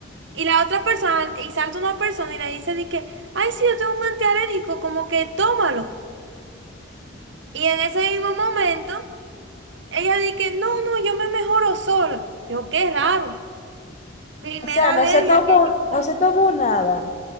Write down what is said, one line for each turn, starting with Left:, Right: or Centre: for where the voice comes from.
Right: Y la otra persona, y salta una persona y le dice de que, ay, sí, yo tengo un antialérgico, como que tómalo. Y en ese mismo momento... Ella dice que no, no, yo me mejoro sola. Yo, qué raro. Primera
Left: o sea, no
Right: alergia
Left: se tomó,
Right: que yo
Left: no se tomó nada.